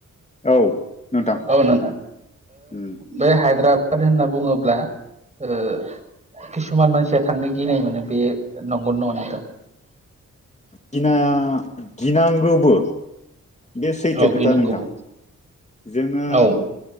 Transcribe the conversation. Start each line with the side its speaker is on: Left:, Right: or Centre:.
Left: औ नोंथां
Right: औ नोंथां
Left: उम
Right: बे हायद्राबाद होनना बुङोब्ला <unintelligible> किसुमान मानसिया थांनो गिनाय मोनो बे नंगौ नङा नोंथां
Left: गिना गिनांगौबो बे सैथो
Right: औ
Left: खोथा
Right: गिनांगौबो
Left: नोंथां जोङो
Right: औ